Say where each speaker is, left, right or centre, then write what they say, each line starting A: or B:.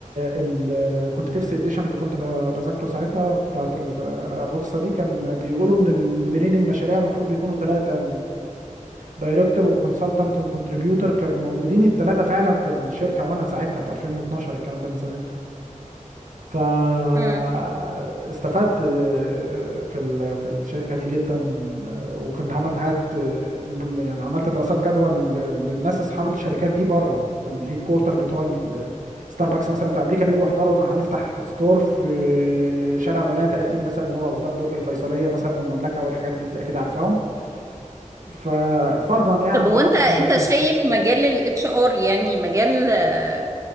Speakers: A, on the right; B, on the right.
A: ال كنت فيفث اديشن اللي كنت ب- بذاكره ساعتها بتاعت ال- الرخصه دي كان بيقولوا ان المديرين المشاريع المفروض بيكونوا ثلاثه دايركتور وكونسلتنت وكونتريبيوتور كانوا موجودين الثلاثه فعلا في الشركه وانا ساعتها في 2012 الكلام ده من زمان فاستفدت
B: امم
A: آه، في ال- في الشركة دي جدا آه، وكنت عملت حاجات يعني عملت دراسات جدوى لل- للناس اصحاب الشركات دي بره الهيد كورتر بتوع ال- ستاربكس مثلا في امريكا بييجوا يحضروا ان هنفتح ستور في آه، شارع الولاية 30 مثلا اللي هو قدام برج الفيصلية مثلا والمملكة والحاجات دي انت اكيد عارفاهم ففرضا يعني
B: طب
A: انا
B: هو
A: بحط
B: انت
A: ثابت
B: انت
A: سهم
B: شايف مجال الاتش ار يعني مجال آه،